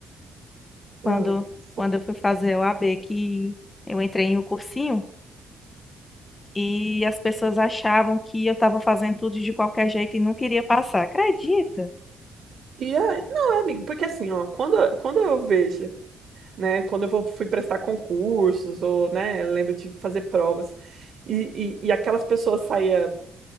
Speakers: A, on the right; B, on the left.
A: Ah,
B: quando,
A: fo-
B: quando eu fui fazer a OAB, que eu entrei em um cursinho e as pessoas achavam que eu estava fazendo tudo de qualquer jeito e não queria passar. Acredita?
A: E aí, não, é, amigo, porque assim, ó, quando, quando eu vejo né? Quando eu vou- fui prestar concursos, ou, né, eu lembro de fazer provas, e, e, e aquelas pessoas saía,